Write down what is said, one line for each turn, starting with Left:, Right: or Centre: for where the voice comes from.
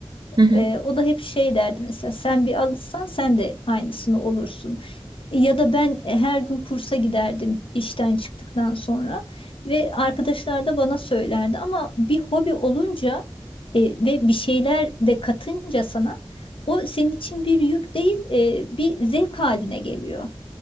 Right: Hı hı,
Left: Ee,
Right: hı
Left: o da hep şey derdi mesela sen bir alışsan sen de aynısını olursun. Ya da ben e, her gün kursa giderdim işten çıktıktan sonra ve arkadaşlar da bana söylerdi ama bir hobi olunca e, ve bir şeyler de katınca sana o senin için bir yük değil e, bir zevk haline geliyor.